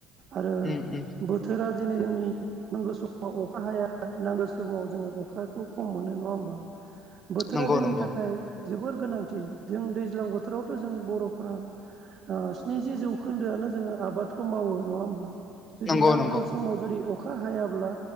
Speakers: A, on the right; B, on the left.
A: आरो
B: उम उम
A: बोथोरा दिेनै जोंनि नांगौ समाव अखा हाया नांगौ समाव जोङो अखाखौ खम मोनो नङा होमबा बोथोरा
B: नंगौ
A: जोंनि
B: नंगौ
A: थाखाय जोबोर गोनांथि जों दैज्लां बोथोरावथ' जों बर'फोरा स्निजि जौखोन्दोआनो जोङो आबादखौ मावो नङा होमब्ला जुदि
B: नंगौ
A: नांगौ
B: नंगौ
A: समाव जुदि अखा अखा हायाब्ला